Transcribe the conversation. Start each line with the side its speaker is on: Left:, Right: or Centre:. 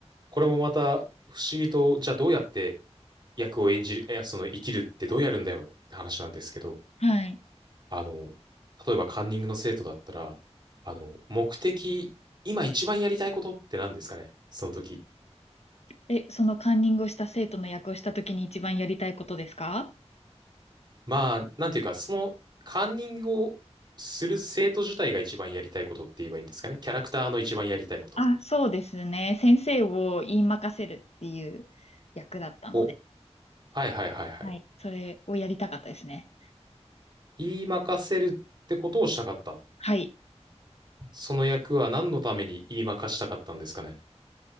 Right: これもまた不思議と、じゃあどうやって役を演じる、いや、その生きるってどうやるんだよって話なんですけど、
Left: はい。
Right: あの、例えばカンニングの生徒だったら、あの、目的、今一番やりたいことって何ですかねその時。
Left: え、そのカンニングをした生徒の役をしたときに一番やりたいことですか
Right: まあ、なんていうか、そのカンニングをする生徒自体が一番やりたいことって言えばいいんですかね。キャラクターの一番やりたいこと
Left: あ、そうですね。先生を言い任せるっていう役だったので、
Right: を。はいはいはいはい。
Left: はい。それをやりたかったですね。
Right: 言いまかせるってことをしたかった。
Left: はい。
Right: その役は何のために言いまかしたかったんですかね。